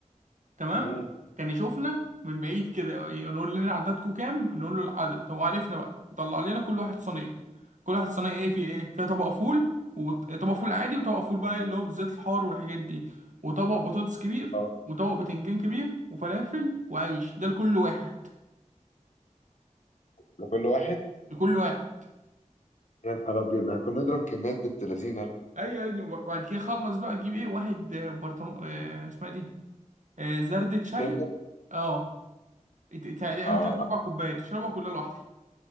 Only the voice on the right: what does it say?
تمام
كان يشوفنا من بعيد كده يقول لنا عددكم كام نقول له العدد هو عرفنا بقى يطلع لنا كل واحد صينيه كل واحد صينيه ايه في ايه فيها طبق فول وطبق فول عادي وطبق فول بقى اللي هو بالزيت الحار والحاجات دي وطبق بطاطس كبير
وطبق بتنجان كبير وفلافل وعيش ده لكل واحد
لكل واحد
ايوه يا ابني وب- وبعد كده خلص بقى تجيب ايه واحد آه، برطمان آه، اسمها إيه دي آه، زردة شاي
اه ت- ت- تقريبا
تلات اربع كوبايات تشربها كلها لوحدك